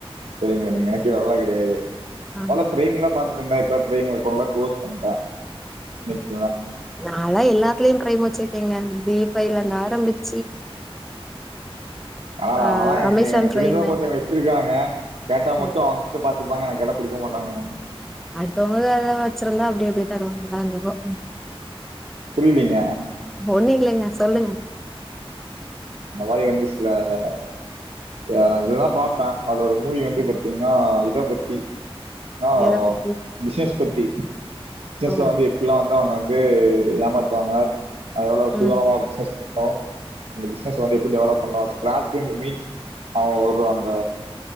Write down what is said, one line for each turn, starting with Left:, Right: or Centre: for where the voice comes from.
Right: செரிங்களா நினைக்கிறலா க முடையது
Centre: ஆ
Right: பல பிரேம்ல பாத்துட்டு இருந்தா போஸ் பண்ணட்டா <inaudible>
Centre: நான்லா எல்லாத்துலேயும் ப்ரைம் வச்சிருக்கேங்க தீப இல்லந்து ஆரம்பித்து
Right: ஆனா
Centre: அ
Right: எங்க
Centre: அமேசான்
Right: எனக்கு
Centre: ப்ரைமு
Right: தெரிஞ்சவங்க கொத்தன் வச்சிருக்காங்க கேட்டா
Centre: ம்.
Right: மட்டும் அவங்க மட்டும் பார்த்த கொடுப்பாங்க எனக்கு கேட்டா கொடுக்க மாட்டாங்க கம்மு
Centre: அடுத்தவங்க அதான் வச்சிருந்தா அப்படி அப்படியே தருவாங்கதான் என்னப்போ
Right: புரியலீங்க
Centre: ஓண்ணலைங்க சொல்லுங்க
Right: இந்த மாதிரி வந்து சிலான் இதுல்லாம் பார்ப்பேன் அது ஒரு மூவி வந்து
Centre: ம்.
Right: பாாரத்தீங்கன்னா உபத்தி ன
Centre: எத பத்தி?
Right: பிசினஸ் பத்தி பிசினஸ்ல
Centre: ஓ!
Right: வந்து எப்படல்லாம் வந்து வங்க வந்து ஏமாத்துவாங்க அவ்வள
Centre: ம்.
Right: சூதனமாபிசினஸ் ஹலோ பிஸி ந்து எப்டி டெவலப் பண்ணறஸ்கந்து மீன்ஸ் அவ அந்த